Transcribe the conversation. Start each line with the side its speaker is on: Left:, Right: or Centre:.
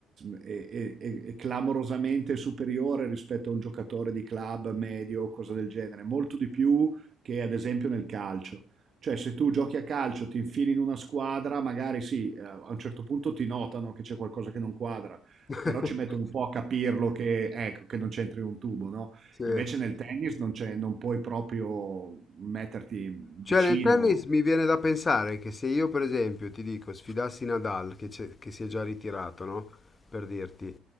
Right: è- è- è- è clamorosamente superiore rispetto a un giocatore di club medio o cosa del genere, molto di più che ad esempio nel calcio. Cioè se tu giochi a calcio, ti infili in una squadra, magari sì, eh, a un certo punto ti notano che c'è qualcosa che non quadra,
Left: <laughs>
Right: però ci mettono un po' a capirlo che, ecco, che non c'entri un tubo, no?
Left: Sì.
Right: Invece nel tennis non c'è non puoi proprio metterti vicino.
Left: Cioè nel tennis mi viene da pensare che se io per esempio ti dico sfidassi Nadal che, c'è- che si è già ritirato, no? Per dirti,